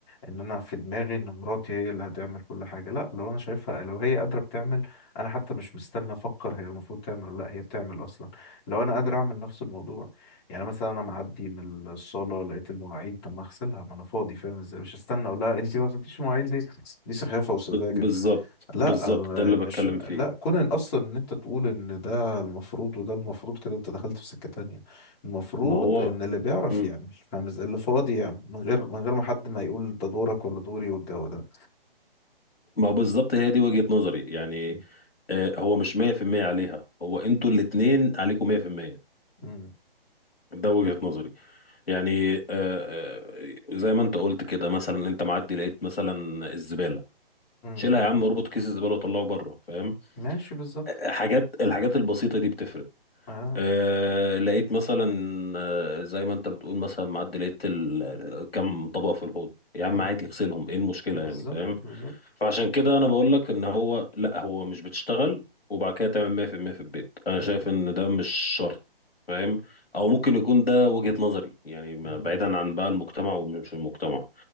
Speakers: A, on the left; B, on the left.
A: ان انا في دماغي ان مراتي هي اللي هتعمل كل حاجه لا لو انا شايفها لو هي قادره بتعمل انا حتى مش مستني افكر هي المفروض تعمل ولا لا هي بتعمل اصلا لو انا قادر اعمل نفس الموضوع يعني مثلا انا معدي من الصاله لقيت المواعيد طب ما اغسلها ما انا فاضي فاهم ازاي مش هستنى اقول لها انت ما غسلتيش المواعيد ليه دي سخافه وسذاجه
B: ب- بالظبط
A: لا
B: بالظبط
A: آه،
B: ده اللي بتكلم
A: مش
B: فيه
A: لا كون ان اصلا ان انت تقول ان ده المفروض وده المفروض كده انت دخلت في سكة تانية المفروض
B: ما هو
A: ان اللي بيعرف
B: مم.
A: يعمل فاهم ازاي اللي فاضي يعمل من غير من غير ما حد ما يقول ده دورك ولا دوري والجو ده
B: ما هو بالظبط هي دي وجهة نظري يعني
A: مم.
B: آه، هو مش 100% عليها هو انتوا الاتنين عليكم 100%
A: امم
B: ده وجهة نظري يعني آه، آه، زي ما انت قلت كده مثلا انت معدي لقيت مثلا الزبالة
A: امم
B: شيلها يا عم اربط كيس الزبالة وطلعه بره فاهم
A: ماشي بالظبط
B: آه، حاجات الحاجات البسيطة دي بتفرق
A: اه
B: أه لقيت مثلا آه، زي ما انت بتقول مثلا معدي لقيت ال- ال- كم طبق في الحوض يا عم
A: امم
B: عادي اغسلهم ايه المشكله
A: بالظبط
B: يعني فاهم
A: بالظبط
B: فعشان كده انا بقول لك ان هو لا هو مش بتشتغل وبعد كده تعمل 100% في المية في البيت انا
A: امم
B: شايف ان ده مش شرط فاهم او ممكن يكون ده وجهه نظري يعني ما-
A: امم
B: بعيدا عن بقى المجتمع ومش المجتمع